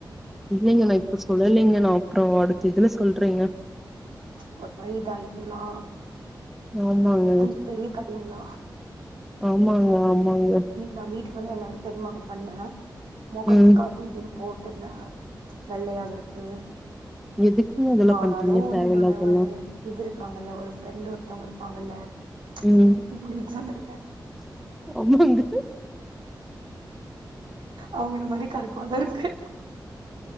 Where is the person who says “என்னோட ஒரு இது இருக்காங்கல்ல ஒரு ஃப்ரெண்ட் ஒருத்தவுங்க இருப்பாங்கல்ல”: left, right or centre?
Right